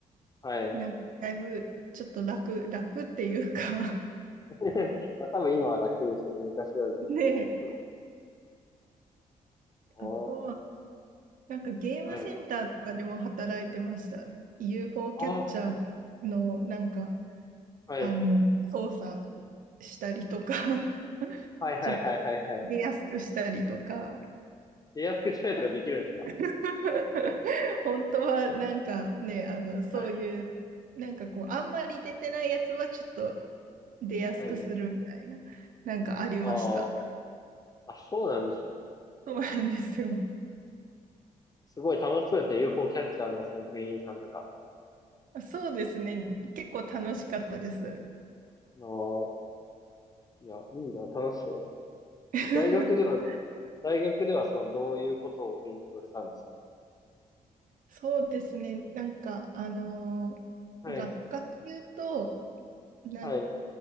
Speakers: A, on the left (about 25°); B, on the right (about 60°).
A: はい。
B: なんかだいぶちょっと楽楽っていうか
A: <laughs> まあ、多分今は楽ですよね、昔より。
B: <laughs> ねえ
A: そう。
B: あとはなんかゲームセンターとかでも働いてました
A: ああ、はい。
B: UFO
A: ああ、
B: キャッチャーのなんか
A: はい。
B: あの、操作したりとか、<laughs>
A: はい、はい、
B: ちょっと
A: はい、はい、はい。
B: 出やすくしたりとか、
A: で、安くしたりとかできるんですか
B: <laughs> 本当はなんかね、あの、そういう、
A: はい、
B: なんかこう、あんまり出てないやつはちょっと出やすくするみたいな、
A: はい。
B: なんかありました。
A: ああ、あ、そうなんですね。
B: そうなんですよ。
A: すごい楽しそうですね、UFO キャッチャーのその店員さんとか。
B: そうですね、結構楽しかったです。
A: ああいや、いいな、楽しそうだな。
B: <laughs>
A: 大学では、大学ではその、どういうことを勉強したんですか
B: そうですね、なんか、あのー学科で言うと、
A: はい、
B: なん
A: はい、